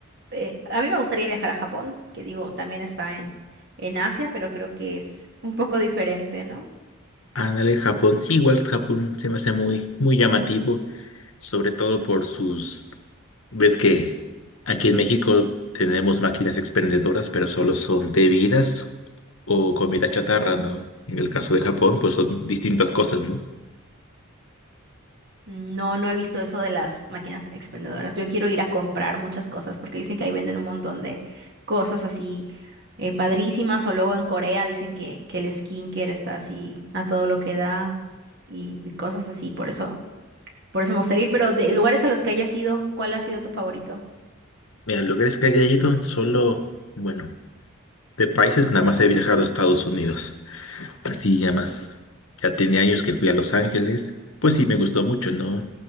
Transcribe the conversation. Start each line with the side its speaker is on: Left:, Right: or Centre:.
Right: eh, a mí me gustaría viajar a Japón, que digo, también está en, en Asia, pero creo que es un poco diferente, ¿no?
Left: Ándale, Japón. Sí, igual Japón se me hace muy, muy llamativo, sobre todo por sus... Ves que aquí en México tenemos máquinas expendedoras, pero solo son bebidas o comida chatarra, ¿no? En el caso de Japón, pues son distintas cosas, ¿no?
Right: No, no he visto eso de las máquinas expendedoras. Yo quiero ir a comprar muchas cosas porque dicen que ahí venden un montón de cosas así eh, padrísimas. O luego en Corea dicen que, que el skincare está así a todo lo que da y, y cosas así. Por eso, por eso me gustaría ir. Pero de lugares a los que hayas ido, ¿cuál ha sido tu favorito?
Left: Mira, lugares que haya ido, solo, bueno, de países nada más he viajado a Estados Unidos. Así ya más, ya tiene años que fui a Los Ángeles. Pues sí, me gustó mucho, ¿no?